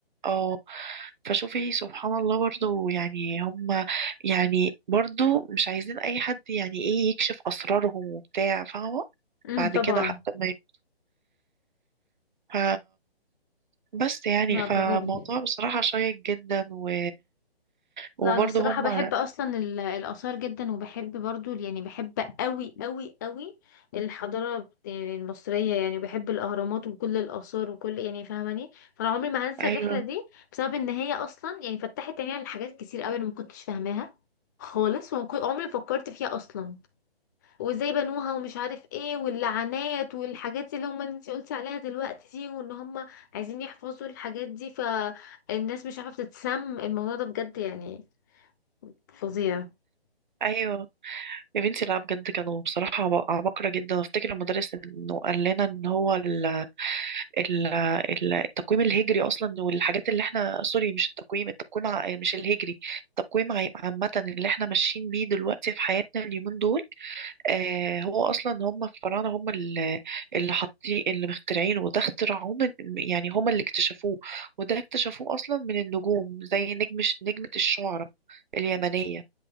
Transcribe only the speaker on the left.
امم
طبعا
لا
بجد
لا انا الصراحه
بحب اصلا ال- الاثار جدا وبحب برضو يعني بحب قوي قوي قوي الحضاره بت- المصريه يعني بحب الاهرامات وكل الاثار وكل يعني فاهماني فانا عمري ما هنسى
الرحله دي بسبب ان هي اصلا يعني فتحت عيني على حاجات كتير قوي انا ما كنتش فاهماها خالص وما كنت- عمري ما فكرت فيها اصلا وازاي بنوها ومش عارف ايه واللعنات والحاجات اللي هم انت قلتي عليها دلوقتي دي وان هم عايزين يحفظوا الحاجات دي فالناس مش عارفه تتسم الموضوع ده بجد يعني فظيع